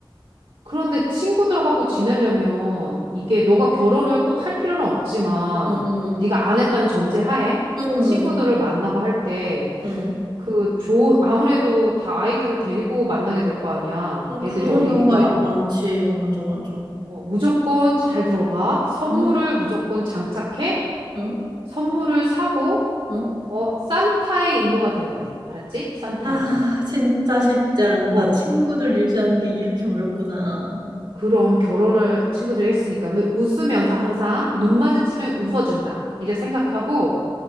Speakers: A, on the right; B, on the right.
A: 그런데 친구들하고 지내려면 이게 너가 결혼을 꼭 할 필요는 없지만
B: 응응응.
A: 네가 안 했다는 전제 하에
B: 응응응.
A: 친구들을 만나고 할 때.
B: 응.
A: 그 조, 아무래도 다 아이들을 데리고 만나게 될 거 아니야.
B: 응,
A: 애들이
B: 그런
A: 어리니까.
B: 경우가 많지. 응, 맞아 맞아.
A: 어, 무조건 잘 들어봐. 선물을
B: 응?
A: 무조건 장착해.
B: 응?
A: 선물을 사고,
B: 응?
A: 어, 산타의 이모가 돼야 돼. 알았지? 산타
B: 아,
A: 이모.
B: 진짜 쉽지 않다.
A: 어,
B: 친구들 유지하는 게 이렇게 어렵구나.
A: 그럼 결혼을 친구들이 했으니까. 그 웃으면서 항상 눈 마주치면 웃어준다. 이제 생각하고,